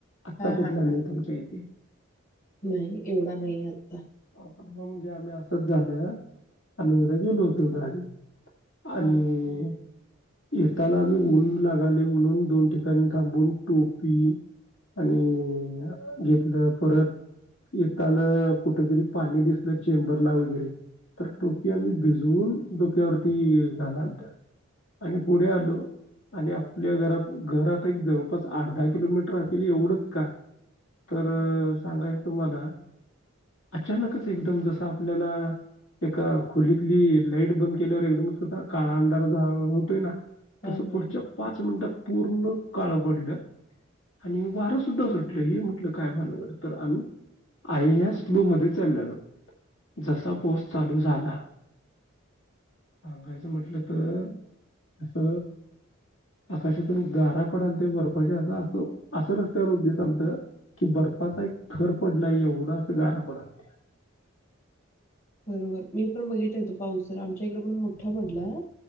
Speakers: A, on the left; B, on the left.
A: आत्ता
B: हा
A: कुठला
B: हा हा.
A: नाई तुमच्या इथे.
B: नाही येवढा नाही येत.
A: आपण हो म्हणजे आम्ही असच झाल्या आम्ही उद्या गेलो होतो गाडीत. आणि
B: हा
A: येताना आम्ही मुलून लागाली म्हणून दोन ठिकाणी थांबून टोपी आणि घेतलं परत येताना कुठ जरी पाणी दिसलं चेंबरला वगैरे तर टोपी आम्ही भिजवून डोक्यावरती घालाता आणि पुढे आलो आणि आपल्या घरा घरात आता एक जवळपास आठ दहा किलोमीटर असेल एवढंच काय तर सांगाय तुम्हाला अचानकच एकदम जसं आपल्याला एका खोलीतली लाईट बंद केल्यावर एकदम कसा काळा अंधारा होतोय ना
B: हा
A: तस
B: हा.
A: पुढच्या पाच मिनटात पूर्ण काळ पडलं आणि वारं सुद्धा सुटलं हे म्हटलं काय व्हायल तर आम्ही आयस लो मध्ये चाललेलो जसा पाऊस चालू झाला सांगायचं म्हटलं तर अस आकाशातून गारा पडालत्या ते बर्फच्या अस असं असं रस्त्यावर दिसालत की बर्फचा एक थर पडलाय एवढा गारा पडालत्या
B: बरोबर मी पण बघितला तो पाऊस सर आमच्या इकडं पण मोठा पडलाय